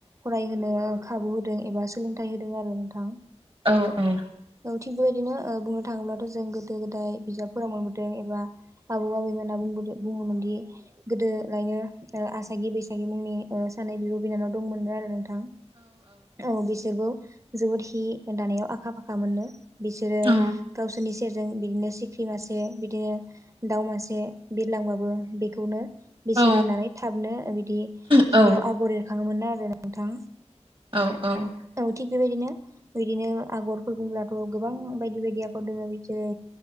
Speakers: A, on the right (about 25°); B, on the right (about 50°).
A: फरायहोनो खाबु होदों एबा सोलोंथाइ होदों आरो नोंथां।
B: औ औ।
A: औ थिग बेबायदिनो ओ बुंनो थाङोब्लाथ' जों गोदो गोदाय बिजाब फोराव मोनबोदों एबा आबौ आबैमोना बुंबोदों बुङोमोनदि गोदोलायनो ओ आसागि बैसागि मुंनि ओ सानै बिब' बिनानाव दंमोननो आरो नों औ बिसोरबो जोबोद हि दानायाव आखा फाखा मोननो। बिसोरो
B: औ
A: गावसोरनि सेरजों बिदिनो सिख्रि मासे बिदिनो दाउ मासे बिरलांबाबो बेखौनो बेसोर
B: औ
A: नुनानै थाबनो बिदि
B: औ
A: हियाव आगर एरखाङोमोननो‌ आरो नोंथां
B: औ औ।
A: थिग बेबायदिनो बिदिनो आगरफोर बुंब्लाथ' गोबां बायदि बायदि आगर दङो जेरै